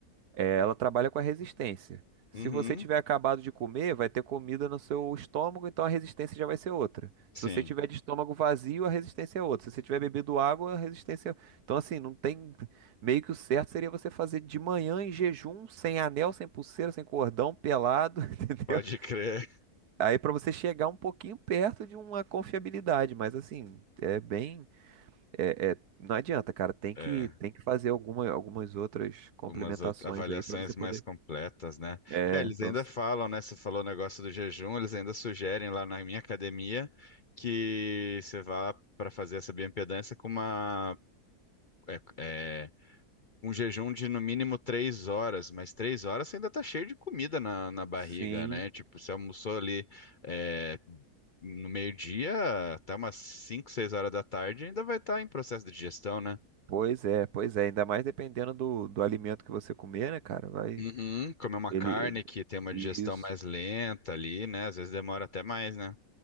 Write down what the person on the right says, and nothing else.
É, ela trabalha com a resistência. Se
você tiver acabado de comer, vai ter comida no seu estômago, então a resistência já vai ser outra. Se
você tiver de estômago vazio, a resistência é outra. Se você tiver bebido água, a resistência é outra. Então, assim, não tem. Meio que o certo seria você fazer de manhã em jejum, sem anel, sem pulseira, sem cordão, pelado, <laughs> entendeu?
Aí para você chegar um pouquinho perto de uma confiabilidade, mas assim, é bem. É, é, não adianta, cara. Tem
que, tem que fazer alguma, algumas outras complementações
aí pra você poder.
É,
pra
você...
Sim,
pois é, pois é. Ainda mais dependendo do, do alimento que você comer, né, cara? Vai.
Ele.
Isso.